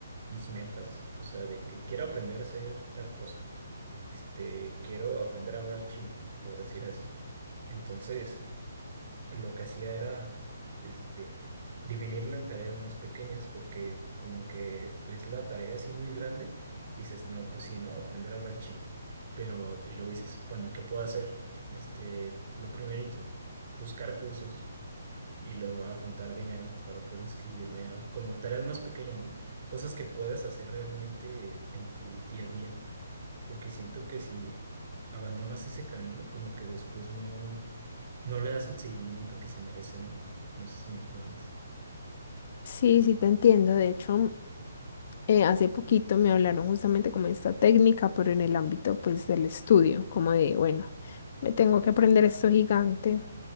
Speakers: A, on the right; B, on the left.
A: mis metas, o sea, de que quiero aprender a hacer tal cosa, este, quiero aprender a hablar chino, por decir así. Entonces, lo que hacía era, este, dividirlo en tareas más pequeñas porque como que ves la tarea así muy grande y dices, no, pues sí, ¿no? Aprender a hablar chino. Pero, y luego dices, bueno, ¿qué puedo hacer? Este, lo primerito, buscar cursos y luego a juntar dinero para poder inscribirme a como tareas más pequeñas, ¿no? Cosas que puedas hacer realmente en tu día a día, porque siento que si abandonas ese camino, como que después no, no le das el seguimiento que se merece, ¿no? No sé si me entiendas.
B: Sí, sí, te entiendo. De hecho, eh, hace poquito me hablaron justamente como de esta técnica, pero en el ámbito pues del estudio, como de, bueno, me tengo que aprender esto gigante,